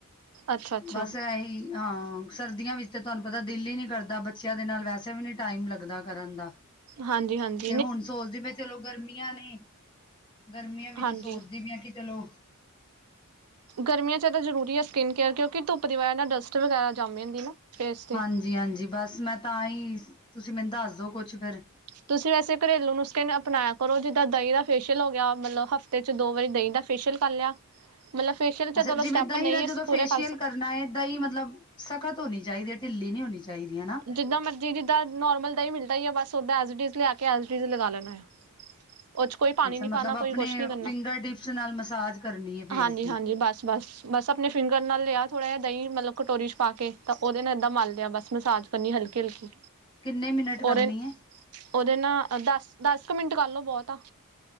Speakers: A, on the right; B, on the left.
A: ਅੱਛਾ ਅੱਛਾ
B: ਬਸ ਐਹੀ, ਹਾਂ। ਸਰਦੀਆਂ ਵਿੱਚ ਤੇ ਤੁਹਾਨੂੰ ਪਤਾ ਦਿਲ ਹੀ ਨੀ ਕਰਦਾ, ਬੱਚਿਆਂ ਦੇ ਨਾਲ ਵੈਸੇ ਵੀ ਨੀ ਟਾਈਮ ਲੱਗਦਾ ਕਰਨ ਦਾ।
A: ਹਾਂਜੀ-ਹਾਂਜੀ।
B: ਤੇ ਹੁਨ ਸੋਚਦੀ ਪਈਆਂ ਚਲੋ ਗਰਮੀਆਂ ਨੇਂ। ਗਰਮੀਆਂ ਵਿੱਚ
A: ਹਾਂਜੀ
B: ਸੋਚਦੀ ਵੀ ਆਂ ਕਿ ਚਲੋ
A: ਗਰਮੀਆਂ ਚ ਜਿਆਦਾ ਜਰੂਰੀ ਆ ਸਕਿਨ ਕੇਅਰ ਕਿਉਕਿ ਧੁੱਪ ਦੀ ਵਜਹ ਨਾ ਡਸਟ ਵਗੈਰਾ ਜੰਮ ਜਾਦੀ ਨਾ। ਫੇਸ ਤੇ
B: ਹਾਂਜੀ-ਹਾਂਜੀ ਬਸ ਮੈਂ ਤਾਂ ਹੀ ਤੁਸੀ ਮੈਨੂੰ ਦੱਸਦੋ ਕੁੱਛ ਫੇਰ।
A: ਤੁਸੀ ਵੈਸੇ ਘਰੇਲੂ ਨੂਸਕੇ ਨੂੰ ਅਪਨਾਇਆ ਕਰੋ, ਜਿੱਹਦਾਂ ਦਹੀ ਦਾ ਫੇਸ਼ੀਅਲ ਹੋ ਗਿਆ, ਮਤਲਬ ਹਫ਼ਤੇ ਚ ਦੋ ਵਾਰੀ ਦਹੀਂ ਦਾ ਫੇਸ਼ੀਅਲ ਕਰ ਲਿਆ। ਮਤਲਬ ਫੇਸ਼ੀਅਲ 'ਚ
B: ਅੱਛਾ
A: ਚਲੋ ਸਟੈਪ
B: ਜਿਵੇਂ ਦਹੀਂ
A: ਨਹੀਂ
B: ਦਾ
A: ਅਸੀਂ
B: ਜਦੋਂ
A: ਪੂਰੇ
B: ਫੇਸ਼ੀਅਲ
A: ਕਰ ਸਕ
B: ਕਰਨਾ ਏ, ਦਹੀਂ ਮਤਲਬ ਸਖਤ ਹੋਨੀ ਚਾਹੀਦੀ ਹੈ ਢਿੱਲੀ ਨਹੀਂ ਹੋਨੀ ਚਾਹੀਦੀ ਹਨਾ
A: ਜਿੱਹਦਾਂ ਮਰਜੀ ਜਿੱਹਦਾਂ ਨੋਰਮਲ ਦਹੀ ਮਿਲਦਾ ਤਾਂ ਹੀ ਯੋ ਬਸ ਓਹਦਾਂ ਐਜ਼ ਇਟਿਜ਼ ਲਿਆ ਕੇ, ਐਜ਼ ਇਟਿਜ਼ ਹੀ ਲਗਾ ਲਇਨਾ ਆ। ਉਹ ਚ ਕੋਈ ਪਾਨੀ
B: ਅੱਛਾ
A: ਨੀ
B: ਮਤਲਬ
A: ਪਾਉਨਾ, ਕੋਈ
B: ਆਪਣੇ
A: ਕੁਛ ਨੀ ਕਰਨਾ,
B: ਫਿੰਗਰ ਟਿਪਸ ਨਾਲ ਮਸਾਜ ਕਰਨੀ ਹੈ ਫੇਸ
A: ਹਾਂਜੀ-ਹਾਂਜੀ,
B: ਦੀ
A: ਬਸ-ਬਸ-ਬਸ ਅਪਨੀ ਫਿੰਗਰ ਨਾਲ ਲਿਆਓ ਥੋੜਾ ਜਿਹਾ। ਦਹੀਂ ਮਤਲਬ ਕਟੋਰੀ ਇਚ ਪਾ ਕੇ, ਤੇ ਉਹਦੇ ਨਾਲ ਤਾ ਮੰਲਦੇ ਆਂ ਬਸ ਮਸਾਜ। ਇਹਨੀ ਹਲਕੀ-ਹਲਕੀ।
B: ਕਿੰਨੇ ਮਿੰਟ ਕਰਨੀ
A: ਉਹਦੇ-ਉਹਦੇ
B: ਹੈ
A: ਨਾ, ਆ ਦਸ-ਦਸ ਕੁ ਮਿੰਟ ਕਰ ਲਓ, ਬਹੁਤ ਆ।